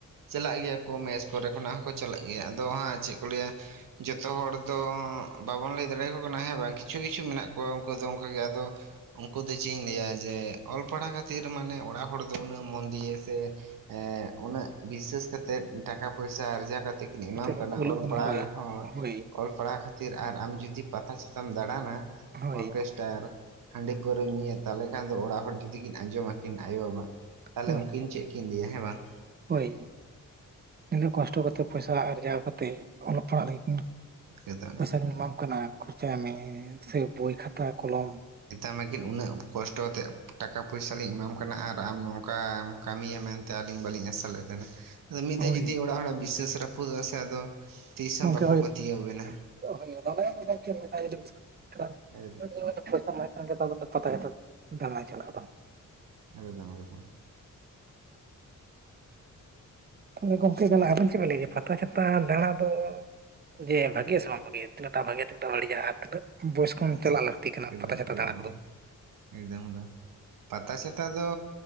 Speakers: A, on the right; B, on the right.
A: ᱪᱟᱞᱟᱜ ᱜᱮᱭᱟ ᱠᱚ ᱢᱮᱪᱴᱥ ᱠᱚᱨᱮ ᱠᱷᱚᱱᱟᱜ ᱦᱚᱸᱠᱚ ᱪᱟᱞᱟᱜ ᱜᱮᱭᱟ ᱟᱫᱚ ᱦᱟᱸᱜ ᱪᱮᱫ ᱠᱚ ᱞᱟᱹᱭᱟ ᱡᱚᱛᱚ ᱦᱚᱲ ᱫᱚ ᱵᱟᱵᱚᱱ ᱞᱟᱹᱭ ᱫᱟᱲᱮᱭᱟᱠᱚ ᱠᱟᱱᱟ ᱦᱮᱸ ᱵᱟᱝ ᱠᱤᱪᱷᱩ ᱠᱤᱪᱷᱩ ᱢᱮᱱᱟᱜ ᱠᱚᱣᱟ ᱩᱱᱠᱩ ᱫᱚ ᱚᱱᱠᱟᱜᱮ ᱟᱫᱚ ᱩᱝᱠᱩ ᱫᱚ ᱪᱮᱫ ᱤᱧ ᱞᱟᱹᱭᱟ ᱡᱮ ᱚᱞ ᱯᱟᱲᱦᱟᱣ ᱠᱷᱟᱹᱛᱤᱨ ᱢᱟᱱᱮ ᱚᱲᱟᱜ ᱦᱚᱲ ᱫᱚ ᱩᱱᱟᱹᱜ ᱢᱚᱱ ᱫᱤᱭᱮ ᱥᱮ ᱮᱸᱜᱩᱱᱟᱹᱜ ᱵᱤᱥᱟᱹᱮᱥ ᱠᱟ ᱠᱟᱛᱮᱮᱫ ᱴᱟᱠᱟ ᱯᱚᱭᱥᱟ ᱟᱨᱡᱟᱣ ᱠᱟᱛᱮ ᱠᱤᱱ ᱮᱢᱟᱢ
B: ᱠᱚ
A: ᱠᱟᱱᱟ
B: ᱠᱩᱞᱟᱹᱜ
A: ᱚᱞ
B: ᱵᱚᱱᱟ
A: ᱯᱟᱲᱦᱟᱣ
B: ᱦᱳᱭ
A: ᱨᱮᱦᱚᱸ
B: ᱦᱳᱭ
A: ᱚᱞ ᱯᱟᱲᱦᱟᱣ ᱠᱷᱟᱹᱛᱤᱨ ᱟᱨ ᱟᱢ ᱡᱩᱫᱤ ᱯᱟᱛᱟ ᱪᱷᱟᱛᱢ ᱫᱟᱬᱟᱱᱟ
B: ᱦᱳᱭ᱾
A: ᱚᱨᱠᱮᱥᱴ ᱟᱨ ᱦᱟᱺᱰᱤ ᱯᱟᱹᱣᱨᱟᱹ ᱧᱩᱭᱟ ᱛᱟᱦᱞᱮ ᱠᱷᱟᱱ ᱫᱚ ᱚᱲᱟᱜ ᱦᱚᱲ ᱡᱩᱫᱤ ᱠᱤᱱ ᱟᱸᱡᱚᱢᱟᱠᱤᱱ ᱟᱭᱳ ᱵᱟᱵᱟ ᱛᱟᱦᱞᱮ
B: ᱦᱳᱭ
A: ᱩᱝᱠᱤᱱ ᱪᱮᱫ ᱠᱤᱱ ᱞᱟᱹᱭᱟ ᱦᱮᱸ ᱵᱟᱝ
B: ᱦᱳᱭ ᱱᱤᱱᱟᱹᱜ ᱠᱚᱥᱴᱚ ᱠᱟᱛᱮᱮᱫ ᱯᱚᱭᱥᱟ ᱟᱨᱡᱟᱣ ᱠᱟᱛᱮᱫ ᱚᱞᱚᱜ ᱯᱟᱲᱦᱟᱜ ᱞᱟᱹᱜᱤᱫ ᱠᱤᱱ
A: ᱮᱠᱫᱚᱢ
B: ᱯᱚᱭᱥᱟᱞᱤᱧ
A: ᱮᱠᱫᱚᱢ
B: ᱮᱢᱟᱢ ᱠᱟᱱᱟ ᱠᱷᱚᱨᱪᱟᱭ ᱢᱮ ᱥᱮ ᱵᱳᱭ ᱠᱷᱟᱛᱟ ᱠᱚᱞᱚᱢ
A: ᱢᱮᱛᱟᱢ ᱟᱹᱠᱤᱱ ᱩᱱᱟᱹᱜ ᱠᱚᱥᱴᱚ ᱟᱛᱮᱫ ᱴᱟᱠᱟ ᱯᱚᱭᱥᱟ ᱞᱤᱧ ᱮᱢᱟᱢ ᱠᱟᱱᱟ ᱟᱨ ᱟᱢ ᱱᱚᱝᱠᱟᱢ ᱠᱟᱹᱢᱤᱭᱟ ᱢᱮᱱᱛᱮ ᱛᱮ ᱟᱹᱞᱤᱧ ᱵᱟᱟᱹᱞᱤᱧ ᱟᱥᱟ ᱞᱮᱫ ᱛᱟᱦᱮᱱᱟ ᱟᱫᱚ ᱢᱤᱫ ᱫᱷᱟᱣ
B: ᱦᱳᱭ
A: ᱡᱩᱫᱤ ᱚᱲᱟᱜ ᱦᱚᱲᱟᱜ ᱵᱤᱥᱟᱹᱮᱥ ᱨᱟᱹᱯᱩᱫᱚᱜ-ᱟ ᱥᱮ ᱟᱫᱚ ᱛᱤᱥ ᱦᱚᱸ
B: ᱜᱚᱝᱠᱮ
A: ᱵᱟᱠᱚ
B: ᱦᱳᱭ
A: ᱯᱟᱹᱛᱭᱟᱹᱣᱟᱵᱮᱱᱟ
B: <unintelligible>
A: ᱮᱠᱫᱚᱢ
B: ᱯᱟᱛᱟ ᱠᱟᱛᱮᱫ ᱫᱟᱬᱟᱭ ᱪᱟᱞᱟᱜᱼᱟ ᱵᱟᱝ
A: ᱮᱠᱫᱚᱢ ᱮᱠᱫᱚᱢ
B: ᱛᱟᱦᱞᱮ ᱜᱚᱝᱠᱮ ᱛᱟᱦᱞᱮ ᱟᱵᱮᱱ ᱪᱮᱫ ᱵᱮᱬ ᱞᱟᱹᱭ ᱜᱮᱭᱟ ᱯᱟᱛᱟ ᱪᱷᱟᱛᱟ ᱫᱮᱬᱟ ᱫᱚ ᱡᱮ ᱵᱷᱟᱹᱜᱮᱭᱟ ᱥᱮ ᱵᱟᱝ ᱵᱷᱟᱹᱜᱮᱭᱟ ᱛᱤᱱᱟᱹᱜ ᱴᱟ ᱵᱷᱟᱜᱮᱭᱟ, ᱛᱤᱱᱟᱹᱜᱟᱢ ᱵᱟᱹᱲᱤᱡᱼᱟ ᱟᱨ ᱛᱤᱱᱟᱹᱜ ᱵᱚᱭᱮᱥ ᱠᱚ
A: ᱟᱪᱪᱷᱟ
B: ᱪᱟᱞᱟᱜ ᱞᱟᱹᱠᱛᱤ ᱠᱟᱱᱟ
A: ᱮᱠᱫᱚᱢ
B: ᱯᱟᱛᱟ ᱪᱷᱟᱛᱟ
A: ᱮᱠᱫᱚᱢ
B: ᱫᱟᱬᱟ ᱠᱚᱫᱚ
A: ᱮᱠᱫᱚᱢ ᱫᱚ ᱯᱟᱛᱟ ᱪᱷᱟᱛᱟ ᱫᱚ